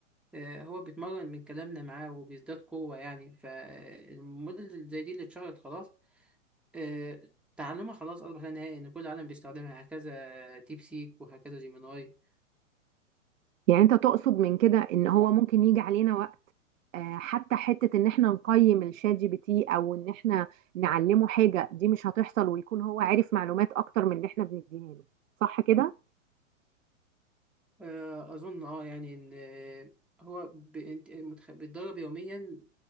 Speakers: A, in the centre; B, on the right.
A: آه، هو بيتمرن من كلامنا معاه وبيزداد قوة يعني فالموديل زي دي اللي اتشهرت خلاص آه، تعلمها خلاص أصبح لا نهائي إن كل العالم بيستخدمها هكذا ديب سيك وهكذا جيميناي
B: يعني أنت تقصد من كده إن هو ممكن يجي علينا وقت آه، حتى حتة إن إحنا نقيم الشات جي بي تي أو إن إحنا نعلمه حاجة دي مش هتحصل ويكون هو عارف معلومات أكتر من اللي إحنا بنديها له صح كده؟
A: آه، أظن أه يعني إن آه، هو ب- انت- متخ- بيتدرب يوميا